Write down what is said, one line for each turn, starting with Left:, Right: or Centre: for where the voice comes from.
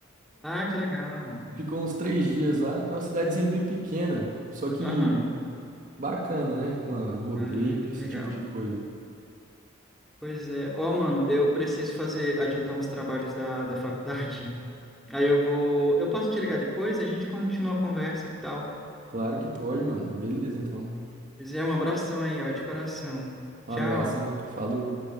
Centre: Ah, que legal.
Right: Ficou uns três dias lá. É uma cidadezinha bem pequena, só que
Centre: Aham.
Right: bacana, né? Com a rodeio,
Centre: Ah, que
Right: esse
Centre: legal.
Right: tipo de coisa.
Centre: Pois é. Ó, mano, eu preciso fazer, adiantar uns trabalhos da, da faculdade. <laughs> Aí eu vou. Eu posso te ligar depois? A gente continua a conversa, que tal?
Right: Claro que pode, mano. Beleza, então.
Centre: Pois é, um abração aí, ó, de coração.
Right: Um
Centre: Tchau.
Right: abraço, hein? Falou.